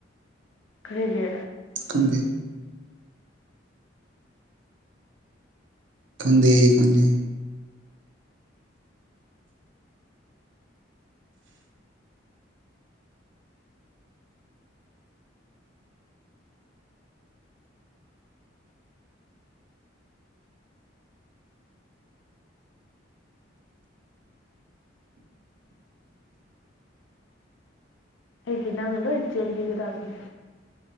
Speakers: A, on the left; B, on the right.
A: ꯀꯔꯤꯒꯤ
B: ꯈꯪꯗꯦ ꯈꯪꯗꯦ ꯈꯪꯗꯦ
A: ꯑꯩꯗꯤ ꯅꯪꯅ ꯂꯣꯏ ꯆꯦꯟꯕꯤꯒꯗꯕꯅꯦ